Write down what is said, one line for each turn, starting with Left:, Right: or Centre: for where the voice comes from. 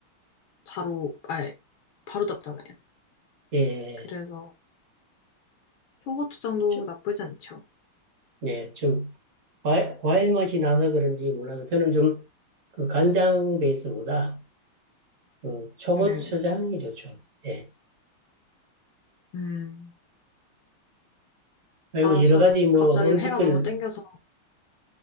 Left: 자로, 아니, 바로 잡잖아요.
Right: 예,
Left: 그래서 초고추장도
Right: 좀,
Left: 나쁘지 않죠.
Right: 네, 좀 과일, 과일 맛이 나서 그런지 몰라도 저는 좀 그 간장 베이스보다 그 초고추장이
Left: 네.
Right: 좋죠. 예.
Left: 음.
Right: 그리고
Left: 아,
Right: 여러
Left: 저는
Right: 가지 뭐
Left: 갑자기
Right: 음식들
Left: 회가 너무 땡겨서